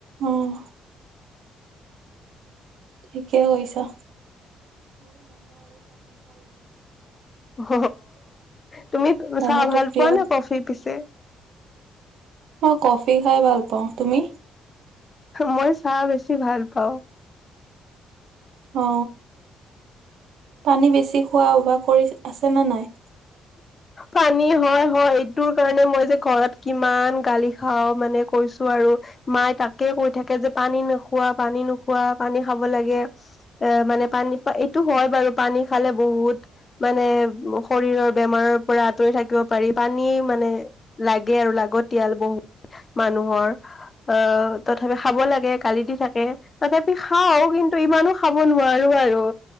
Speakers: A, on the right (about 75°); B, on the left (about 30°).
A: উম। ঠিকেই কৈছা।
B: অ তুমি
A: ম'ম'টো
B: চাহ ভাল
A: প্ৰিয়
B: পোৱা নে কফি পিছে?
A: মই কফি খাই ভাল পাওঁ, তুমি?
B: মই চাহ বেছি ভাল পাওঁ।
A: অ পানী বেছি খোৱা অভাস কৰি আছে নে নাই
B: পানী হয় হয় এইটোৰ কাৰণে মই যে ঘৰত কিমান গালি খাও মানে কৈছো নোৱাৰোঁ মায়ে তাকে কৈ থাকে যে পানী নোখোৱা পানী নোখোৱা পানী খাব লাগে এ মানে পানী এইটো হয় বাৰু পানী খালে বহুত মানে শৰীৰৰ আমৰ পৰা আঁতৰি থাকিব পাৰি, পানী মানে লাগে আৰু লাগতিয়াল মানুহৰ অ তথাপি খাব লাগে গালি থাকে তাকে আমি খাও কিন্তু ইমানো খাব নোৱাৰো আৰু